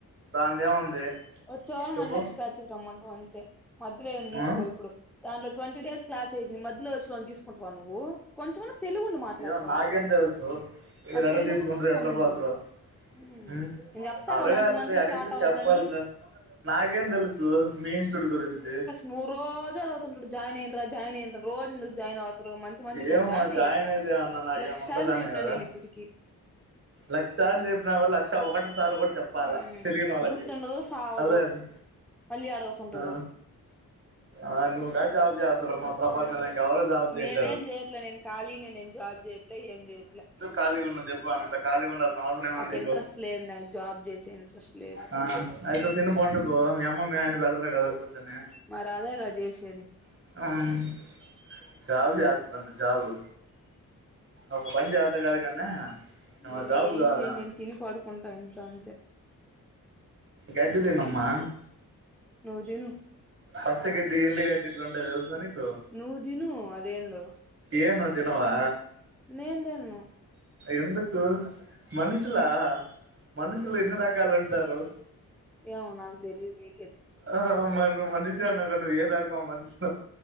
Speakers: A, on the right; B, in the centre.
A: దానిదే ఏముంది
B: వొచ్చేవాళ్ళ
A: చెప్పు
B: మళ్ నెక్స్ట్ బ్యాచ్ కి రమ్మంటం అంతే మధ్యలో ఏమి తీసుకోరు
A: ఆ?
B: ఇప్పుడు దాంట్లో ట్వంటీ డేస్ క్లాస్ అయిపోయినాయి మధ్యలో వొచ్చినోలని తీసుకుంటావా నువ్వు కొంచం అన్న తెలివి ఉండి మాట్లాడతావా
A: ఏమో నాకేం తెలుసు మీరు
B: మరి
A: ఎట్లా
B: తెలియనప్పుడు
A: తీసుకుంట్రో
B: మూసుకొని
A: ఎట్లా
B: ఉండు
A: పోతారో
B: ఉమ్
A: ఉ
B: నేను చెప్తాగా
A: అడగాలిదే
B: మంత్ మంత్ కి
A: అడిగితే
B: స్టార్ట్ అవద్దని
A: చెప్పాలిగా నాకేం తెలుసు మీ ఇన్స్టిట్యూట్ గురించి
B: నువ్ రోజు అడుగుతుంటడు జాయిన్ అయిన్రా జాయిన్ అయిన్రా రోజు ఎందుకు జాయిన్ అవుత్ త్రు మంత్ మంత్ కి గద
A: ఏమో
B: జాయిన్ అయ్యేదే
A: అయితే ఏమన్నా నాకేమన్నా
B: లక్ష సార్లు
A: ఉంటుందని
B: చెప్పిన
A: కదా
B: నేను ఇపుటికి
A: లక్ష సార్లు చెప్పిన గూడ లక్ష ఒకటోసారి గూడ చెప్పాలా
B: ఉమ్
A: తెలియనోళ్ళకి
B: గుర్తుండదు సావదు
A: అదే అది
B: మళ్ళీ అడుగుతుంటాడు
A: ఆ ఆ నువ్ గాని జాబ్ చేస్తున్నావ్ మా ప్రపంచంల ఇంకెవరు జాబ్ చేయిట్
B: నేనే ఏం చేయట్లే నేను ఖాళీనే నేను జాబ్ చేయట్లే ఏం చేయట్లే
A: ఖాళీ గా ఉన్న చెప్పు అంత ఖాళీ గా ఉన్నారు మాముల్గనే
B: నాకు
A: పండిండ్రు
B: ఇంట్రెస్ట్ లేదు నాకు జాబ్ చేసే ఇంట్రెస్ట్ లేదు
A: ఆ ఆయితే తిను బొండు బొ మీ అమ్మ మీ నాయనా పెడతారు కద కూర్చనే
B: మరి అదేగా జేశేది
A: <unintelligible> జాబ్ జెస్తాదంట జాబ్ ఒక పని చేత గాదు కన్నె
B: నేను
A: జాబు
B: ఏం
A: కావాలి
B: చేయను
A: ఆమెకి
B: నేను తిని పడుకుంటా ఇంట్లో అంతే
A: గడ్డ దినమ్మా
B: నువ్వు తిను
A: పచ్చ గడ్ది ఎండు గడ్ <unintelligible> తెలుసా నీకు
B: నువ్వు తిను అదేందో
A: ఏ నువ్వు తిన్నావా
B: నేను తిను
A: ఎందుకు మనుషులా మనుషులు
B: ఉమ్
A: ఎన్ని రకాలు ఉంటారు
B: ఏమో నాక్ తెలియదు నీకే తే
A: ఆ మరి నువ్వు మనుషి ఏ అన్నవ్ గా నువ్వు ఏ రకం మనుష్నో